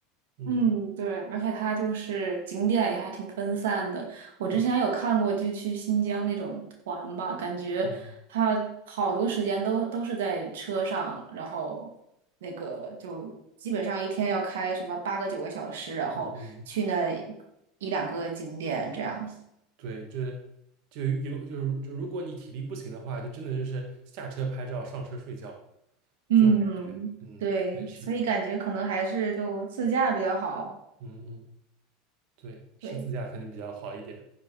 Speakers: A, on the right; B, on the right.
A: 嗯，
B: 嗯，对，而且它就是景点也还挺分散的。我之前有看过，
A: 对，
B: 就去新疆那种团吧，感觉它好多时间都都是在车上，
A: 嗯
B: 然后那个就基本上一天要开什么八个九个小时，然后去那
A: 嗯嗯，
B: 一两个景点这样。
A: 对，就是就有就是就如果你体力不行的话，就真的就是下车拍照，上车睡觉。
B: 嗯，
A: 这种。嗯，
B: 对，
A: 对，是的，
B: 所以感觉可能还是就自驾比较好。
A: 嗯嗯，对，是自驾肯定比较好一点，
B: 对，